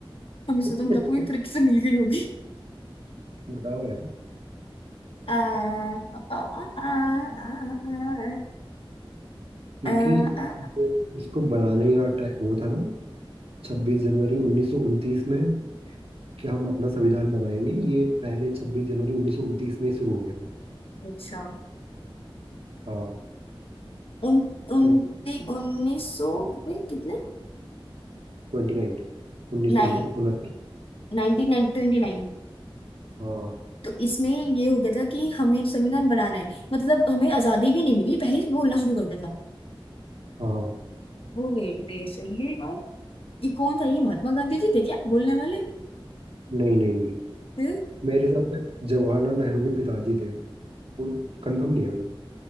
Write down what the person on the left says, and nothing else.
हमें स्वतंत्रता
पूरी तरीके से मिल गई होगी
आ, आ, आ, आ, आ,
आ, आ,
अच्छा
उन उन्ती
उन्नीस सौ में कितने
nine
nineteen nine twenty nine
तो इसमें ये हो गया था कि हमें संविधान बनाना है मतलब हमें आजादी भी नहीं मिली पहले ही बोलना शुरू कर दिया था
वो वेट दे सही है यार ये कौन था ये महात्मा गांधी जी थे क्या बोलने वाले
फिर ये